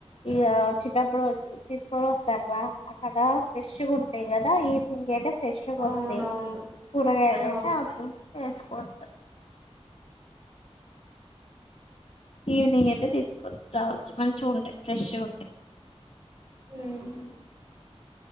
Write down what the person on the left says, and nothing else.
ఇగా వచ్చేటప్పుడు తీసుకొని వస్తాడ్ర అక్కడ ఫ్రెష్ గుంటాయి. కదా ఈవినింగ్ అయితే ఫెష్గా వస్తాయి.
కూరగాయలు
అయితే అప్పుడు తెచ్చుకున్ చ ఈవినింగ్ అయితే తీసుకో రావచ్చు. మంచిగా ఉంటాయి, ఫ్రెష్గా ఉంటాయి.